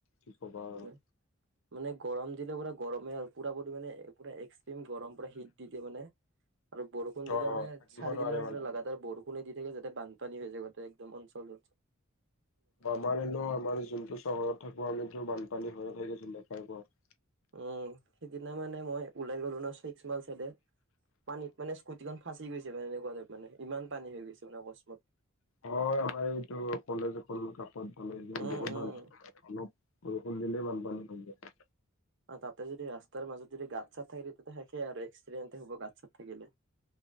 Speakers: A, on the left; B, on the right.
A: কি কবা আৰু।
B: উম। মানে গৰম দিলে পুৰা গৰমেই আৰু পুৰা-পুৰি মানে পুৰা এক্সট্ৰিম গৰম পুৰা হিট দি দিয়ে মানে। আৰু বৰষুণ দিলে
A: অ
B: মানে
A: থাকিব
B: চাৰিদিনমান
A: নোৱাৰে মানে
B: পুৰা লাগাতাৰ বৰষুণে দি থাকে, যাতে বানপানী হৈ যায় গ'তে একদম অঞ্চলটোত। <unintelligible>
A: আমাৰেনো, আমাৰ যোনটো চহৰত থাকোঁ, আমিটো বানপানী হৈয়ে থাকে <unintelligible>
B: উম। সিদিনা মানে মই ওলাই গ'লো ন', ছিক্স মাইল চাইদে পানীত মানে স্কোটিখন ফাঁচি গৈছে <unintelligible> মানে ইমান পানী হৈ গৈছে মানে অকস্মাত।
A: হয়। আমাৰ এইটো, কলেজ এখন কাষত পালে
B: উম
A: বহুত
B: উম
A: ভাল। অলপ বৰষুণ দিলে বানপানী হৈ যায়।
B: তাতে যদি ৰাস্তাৰ মাজত যদি গাত-ছাত থাকে তেতিয়াটো টো শেষে আৰু এক্সিদেন্তে হ'ব গাত-ছাত থাকিলে।